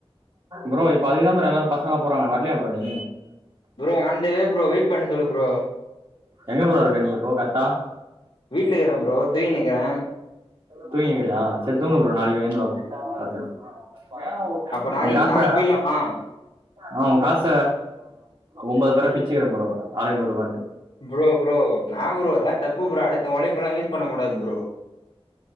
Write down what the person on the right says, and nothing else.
ப்ரோ இப்ப அதுக்குத்தா ப்ரோ எல்லாரு பசங்கல்லா போறாங்க வர்லயா ப்ரோ நீ
எங்க ப்ரோ இருக்க நீ கர்ட்டா
தூங்கினுக்கீறியா செரி தூங்கு ப்றோ நாளைக்கி எய்ந்து வா ப்ரோ பாத்துக்கலா உ
காஸ்
தர
நா உ காச ஒம்போது பேரா பிச்சுக்கிறோ ப்ரோ ஆளுக்கு நூறுபான்ட்டு